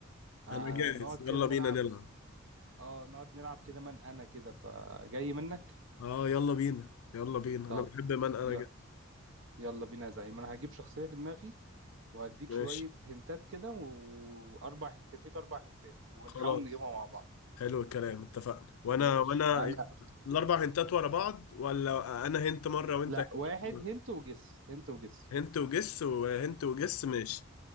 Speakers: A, on the right; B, on the left.
A: هنقعد
B: انا جاهز
A: كده
B: يلا
A: نلعب
B: بينا نلعب
A: اه نقعد نلعب كده من انا كده فجاي منك
B: اه يلا بينا يلا بينا
A: طب
B: انا بحب من انا
A: ي...
B: جاهز
A: يلا بينا يا زعيم انا هجيب شخصيه في دماغي وهديك
B: ماشي
A: شويه هنتات كده واربع هنتات ليك اربع هنتات ونحاول
B: خلاص
A: نجيبها مع بعض
B: حلو الكلام اتفقنا وانا
A: ماشي
B: وانا
A: انا
B: الاربع هنتات ورا بعض ولا انا هنت مره وانت
A: لا
B: هنت
A: واحد
B: مرة؟
A: هنت وجس هنت وجس
B: هنت وجس وهنت وجس ماشي